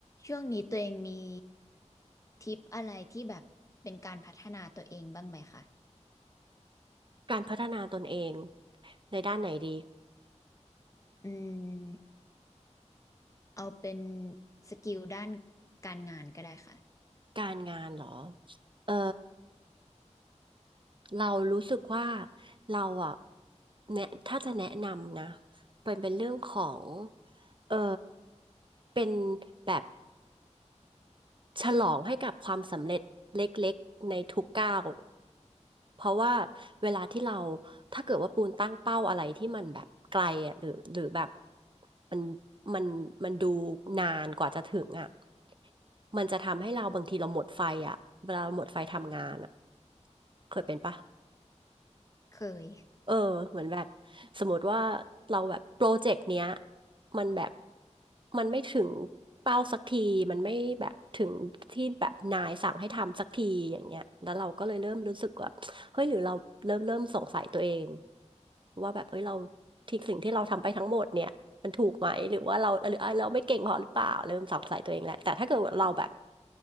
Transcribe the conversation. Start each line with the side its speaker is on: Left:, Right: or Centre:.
Left: ช่วงนี้ตัวเองมีทิปอะไรที่แบบเป็นการพัฒนาตัวเองบ้างไหมคะ
Right: การพัฒนาตนเองในด้านไหนดี
Left: อืมเอาเป็นสกิลด้านการงานก็ได้ค่ะ
Right: การงานเหรอ เออ เรารู้สึกว่าเราอ่ะแนะถ้าจะแนะนำนะเป็นเป็นเรื่องของ เออ เป็นแบบ ฉลองให้กับความสำเร็จเล็กๆในทุกก้าวเพราะว่าเวลาที่เราถ้าเกิดว่าปูนตั้งเป้าอะไรที่มันแบบไกลอ่ะหรือหรือแบบมันมันมันดูนานกว่าจะถึงอ่ะมันจะทำให้เราบางทีเราหมดไฟอ่ะเวลาเราหมดไฟทำงานอ่ะเคยเป็นปะ
Left: เคย
Right: เออเหมือนแบบสมมติว่าเราแบบโปรเจกต์เนี้ยมันแบบมันไม่ถึงเป้าสักทีมันไม่แบบถึงที่แบบนายสั่งให้ทำสักทีอย่างเงี้ยแล้วเราก็เลยเริ่มรู้สึกว่าเฮ้ยหรือเราเริ่มเริ่มสงสัยตัวเองว่าแบบเอ้ยเราที่สิ่งที่เราทำไปทั้งหมดเนี่ยมันถูกไหมหรือว่าเราหรือเอ้ยเราไม่เก่งพอหรือเปล่าเริ่มสงสัยตัวเองแหละแต่ถ้าเกิดว่าเราแบบ